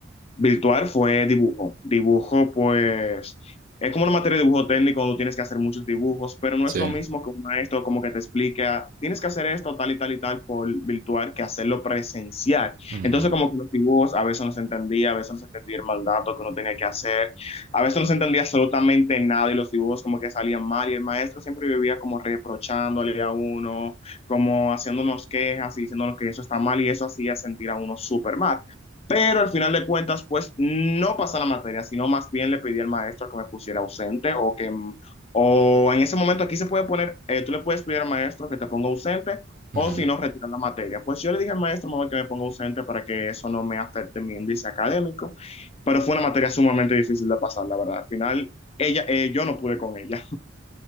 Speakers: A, on the left (about 30°); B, on the right (about 45°).
A: virtual, fue dibujo. Dibujo, pues, es como una materia de dibujo técnico donde tienes que hacer muchos dibujos, pero no
B: Sí.
A: es lo mismo que un maestro como que te explica, tienes que hacer esto tal y tal y tal por virtual que hacerlo presencial.
B: Ujú,
A: Entonces como que los dibujos a veces no se entendía, a veces no se entendía el mandato que uno tenía que hacer, a veces no se entendía absolutamente nada y los dibujos como que salían mal y el maestro siempre vivía como reprochándole a uno, como haciéndonos quejas y diciéndonos que eso está mal y eso hacía sentir a uno súper mal. Pero al final de cuentas, pues no pasa la materia, sino más bien le pedí al maestro que me pusiera ausente o que, mm, o en ese momento aquí se puede poner, eh, tú le puedes pedir al maestro que te ponga ausente o
B: ujú.
A: si no, retirar la materia. Pues yo le dije al maestro, mejor que me ponga ausente para que eso no me afecte mi índice académico pero fue una materia sumamente difícil de pasar, la verdad. Al final, ella, eh, yo no pude con ella.